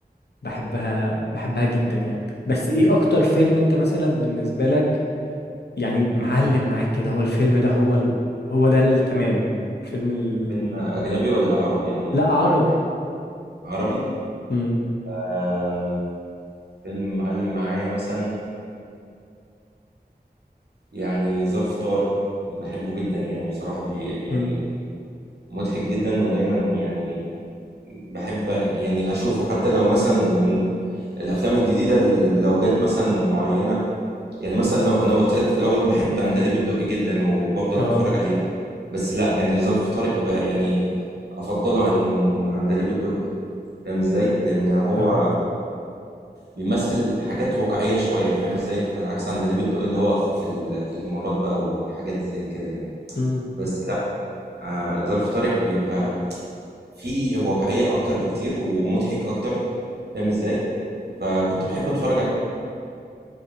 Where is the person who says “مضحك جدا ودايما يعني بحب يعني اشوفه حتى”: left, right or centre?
Right